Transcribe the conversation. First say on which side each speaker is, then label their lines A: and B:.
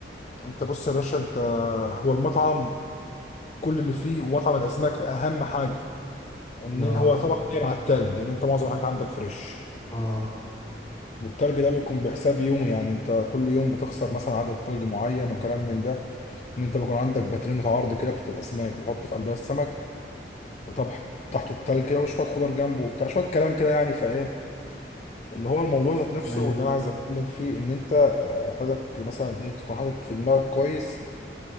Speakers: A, on the left (about 40°); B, on the left (about 15°).
A: انت بص يا باشا انت هو المطعم كل اللي فيه ومطعم الاسماك اهم حاجه ان
B: اه
A: هو طبعا جاي مع التلج ان انت معظم الحاجات عندك فريش
B: اه
A: والتلج ده بيكون بحساب يومي يعني انت كل يوم بتخسر مثلا عدد تلج معين وكلام من ده ان انت بيكون عندك باترينة عرض كده بتاعت الاسماك بتحط في قلبها السمك وطبح تحته التلج كده وشويه خضار جنبه وبتاع شويه كلام كده يعني فايه اللي هو الموضوع ذات نفسه
B: ايوه
A: واللي انا عايز اتكلم فيه ان انت آه، عايزك مثلا ايه تكون حاطط في دماغك كويس